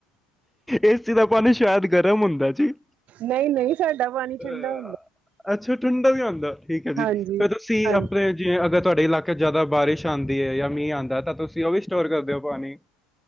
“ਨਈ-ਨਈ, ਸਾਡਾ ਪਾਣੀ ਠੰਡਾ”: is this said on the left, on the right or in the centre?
Right